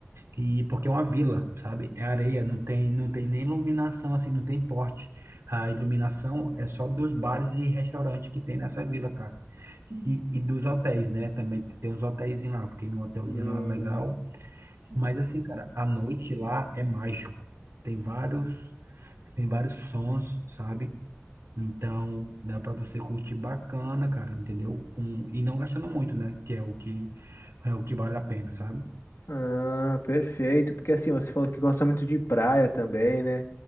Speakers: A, on the right; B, on the left.
A: e porque é uma vila, sabe? É areia, não tem, não tem nem iluminação assim, não tem porte. A iluminação é só dos bares e restaurantes que tem nessa vila, cara. E, e dos hotéis, né? Também tem uns hotéis lá. Fiquei num hotelzinho
B: Hum,
A: lá é legal mas assim, cara, a noite lá é mágico. Tem vários, tem vários sons, sabe? Então, dá para você curtir bacana, cara, entendeu? Com, e não gastando muito, né? Que é o que é o que vale a pena, sabe?
B: Ah, perfeito. Porque assim, você falou que gosta muito de praia também, né?